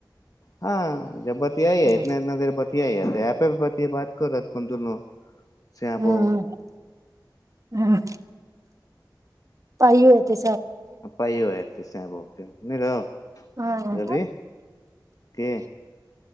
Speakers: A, on the left; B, on the right.
A: हँ जब बतियाइ है
B: हूँ
A: इतना इतना देर बतिया ह तऽ यहपे ब से बात करत अपन दुनू सैं
B: हुँ
A: बहु
B: हँ आओर इ ऐतेय
A: पाइ आयत सेंआ बौह कें न रौ
B: हँ ह
A: रबी की